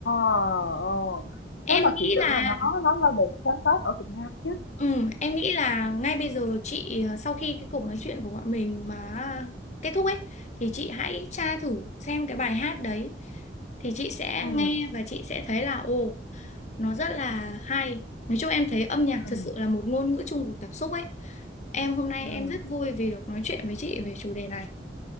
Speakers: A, on the left; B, on the left.
A: ờ.
B: Em
A: Thế mà
B: nghĩ
A: chị tưởng
B: là
A: là nó nó là một sáng tác ở Việt Nam chứ.
B: Ừ, em nghĩ là ngay bây giờ chị ờ, sau khi cái cuộc nói chuyện của bọn mình mà kết thúc ấy thì chị hãy tra thử xem cái bài hát đấy thì chị sẽ
A: Ừ,
B: nghe và chị sẽ thấy là ồ nó rất là hay. Nói chung em thấy âm nhạc
A: ừ,
B: thật sự là một ngôn ngữ chung của cảm xúc ấy. Em hôm nay
A: ừ,
B: em rất vui vì được nói chuyện với chị về chủ đề này.